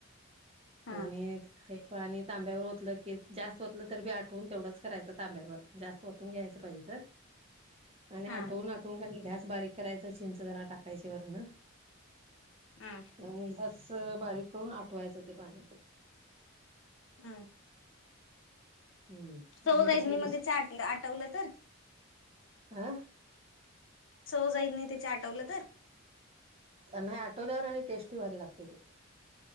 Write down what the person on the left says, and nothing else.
हा
हा
आं
आं
चव
जात
नाही, मग तिची आटवल तर.
सव जाईत नाही तिचे आठवलं तर